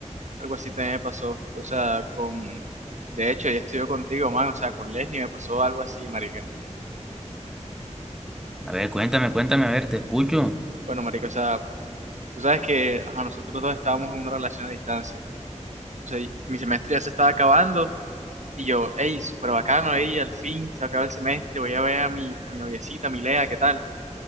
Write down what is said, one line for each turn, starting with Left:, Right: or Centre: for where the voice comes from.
Right: Algo así también me pasó, o sea, con, de hecho, ya estudió contigo, man, o sea, con Leslie me pasó algo así, marica.
Centre: A ver, cuéntame, cuéntame, a ver, te escucho.
Right: Bueno, marica, o sea, tú sabes que, ajá, nosotros dos estábamos en una relación a distancia, o sea, y mi semestre ya se estaba acabando Y yo, hey, súper bacano, hey, al fin se acaba el semestre, voy a ver a mi, a mi noviecita, a mi Lea, ¿qué tal?